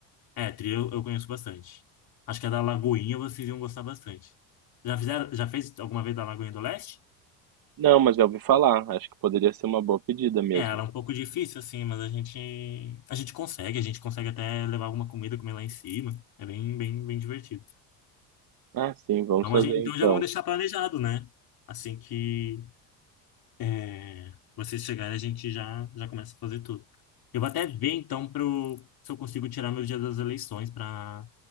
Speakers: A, on the left (about 50°); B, on the right (about 45°).
A: É, trilha eu, eu conheço bastante. Acho que a da Lagoinha vocês iam gostar bastante. Já fizeram, já fez alguma vez da Lagoinha do Leste?
B: Não, mas já ouvi falar, acho que poderia ser uma boa pedida mesmo.
A: É, ela é um pouco difícil, assim, mas a gente, a gente consegue, a gente consegue até levar alguma comida, comer lá em cima. É bem, bem, bem divertido.
B: Ah, sim, vamos
A: Então,
B: fazer
A: a gente, então
B: então.
A: já vamos deixar planejado, né? Assim que é, vocês chegarem, a gente já, já começa a fazer tudo. Eu vou até ver, então, pro, se eu consigo tirar meu dia das eleições para